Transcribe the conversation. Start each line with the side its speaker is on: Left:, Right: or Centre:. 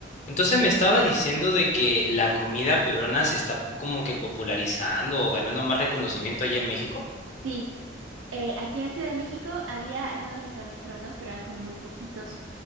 Left: Entonces me estaba diciendo de que la comida peruana se está como que popularizando o ganando más reconocimiento allá en México.
Right: Sí, eh, aquí en Ciudad de México había algunos restaurantes peruanos, pero eran como muy poquitos.